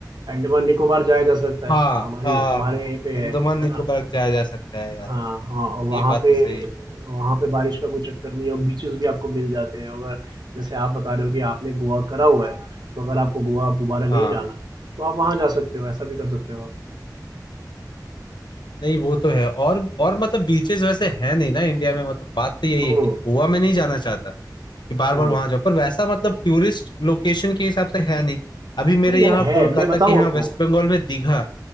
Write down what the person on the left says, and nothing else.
हाँ
हाँ
हाँ
अंडमान
निकोबार
जाया जा सकता है यार
ये बात
तो सही
हाँ
नहीं वो तो है और और मतलब बीचेस वैसे है नहीं ना इंडिया में मतलब बात तो यही
है कि गोवा में नहीं जाना चाहता कि बार
बार वहां जाओ पर वैसा मतलब टूरिस्ट लोकेशन के हिसाब से है नहीं अभी मेरे
यहाँ
कोलकाता
के यहाँ
वेस्ट बंगाल में दीघा